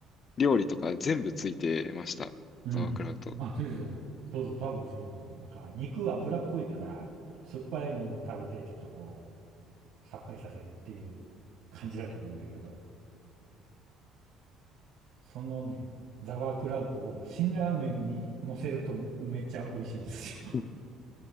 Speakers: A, on the left; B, on the right.
A: 料理とか全部ついてました。
B: うん。
A: ザワークラウト。
B: あ、出てた。そうそう、多分そうなのよ。なんか肉脂っこいから、酸っぱいものを食べてちょっとこう、さっぱりさせるっていう感じだと思うんだけど、そのね、ザワークラウトを辛ラーメンに乗せるとめっちゃ美味しいんですよ。
A: う